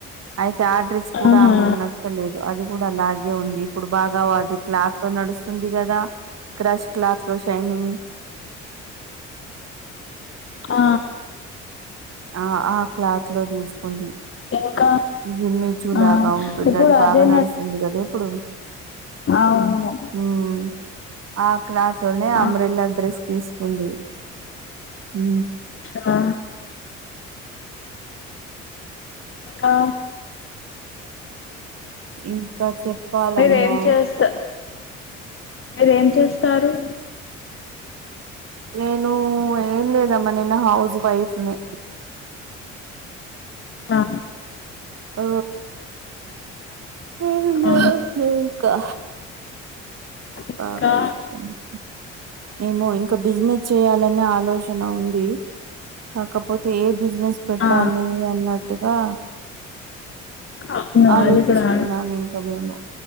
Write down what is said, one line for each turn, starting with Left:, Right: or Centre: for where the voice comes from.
Right: అయి తే ఆ ఆడ్రెస్ కూడా
Left: ఆహా
Right: ఆమెకు నచ్చలేదు. అది కూడా అలా గే ఉంది, ఇప్పుడు బాగా అది క్లాత్లో నడుస్తుంది కదా క్రష్ క్లాత్లో షైనింగ్
Left: ఆ
Right: ఆ ఆ క్లాత్లో తీసుకుంది.
Left: ఇంకా
Right: గి మిచోఆప్
Left: ఆ
Right: బాగుంటుంది,
Left: ఇప్పుడు
Right: అది బాగా
Left: అదే
Right: నడుస్తుంది కదా ఇప్పుడు.
Left: అవును
Right: హ్మ్ ఆ క్లాత్ లోనే
Left: ఆ
Right: అంబ్రెల్లా డ్రెస్ తీసుకుంది. ఉమ్
Left: ఆ ఇంకా
Right: ఇంకా చెప్పాలమ్మా
Left: మీరేం చేస్తా మీరేం చేస్తారు?
Right: నేను ఏం లేదమ్మా. నేను హౌస్ వైఫ్ ని.
Left: హా
Right: ఓ నేను జడేసుకోవాలి
Left: ఆ
Right: ఇంకా.
Left: ఇంకా
Right: ఆ బస్ పోయింది. ఏమో ఇంకా బిజినెస్ చేయాలనే ఆలోచన ఉంది కాకపోతే ఏ బిజినెస్ పెట్టాలి
Left: ఆ
Right: అన్నట్టుగా
Left: అవును
Right: ఆలోచిస్తున్నాం
Left: అది కూడా
Right: ఇంకా మేము